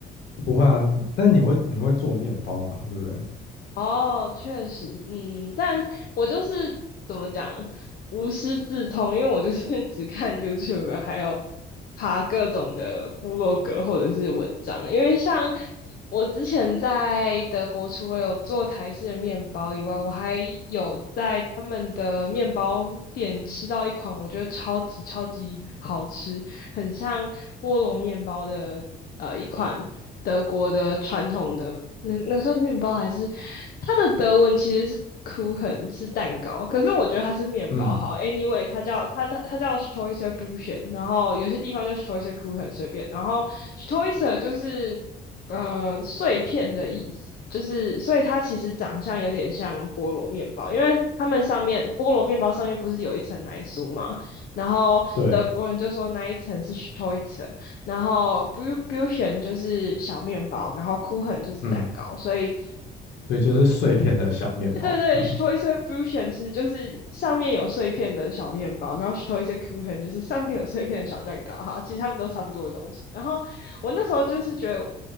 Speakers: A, on the left; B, on the left.
A: 不会啊，但你会你会做面包嘛，对不对？
B: 哦，确实，嗯，但我就是怎么讲，无师自通，因为我就是 <laughs> 只看 YouTube，还有爬各种的部落格或者是文章。因为像我之前在德国，除了有做台式的面包以外，我还有在他们的面包店吃到一款我觉得超级超级好吃，很像菠萝面包的呃一款德国的传统的那那个算面包还是它的德文其实是 Kuchen 是蛋糕，可是我觉得它是面包好。
A: 嗯，
B: Anyway，它叫它它它叫 s t o i s e r b u c h e n 然后有些地方叫 s t o i s e r Kuchen 随便，然后 s t o i s e r 就是呃碎片的意思。就是，所以它其实长相有点像菠萝面包，因为它们上面菠萝面包上面不是有一层奶酥嘛，然后德国人就说那一层是
A: 对，
B: s t o i r 然后 Bu- Bution 就是小面包，然后 Kuchen 就是蛋糕，
A: 嗯，
B: 所以
A: 所以就是碎片的小面包这样。
B: 对对 s t o i s e r b r u c h e n 其实就是上面有碎片的小面包，然后 s t o i s e r Kuchen 就是上面有碎片的小蛋糕。哈，其实他们都差不多的东西。然后我那时候就是觉得我，